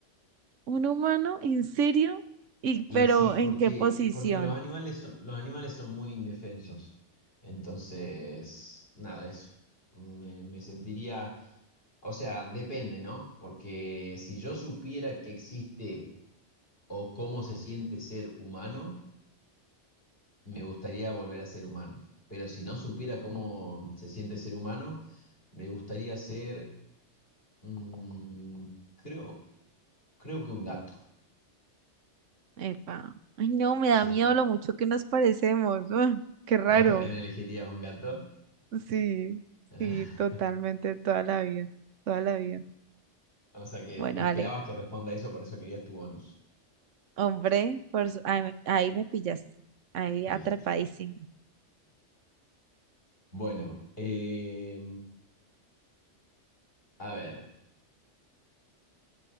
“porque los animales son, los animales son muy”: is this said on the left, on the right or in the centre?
Left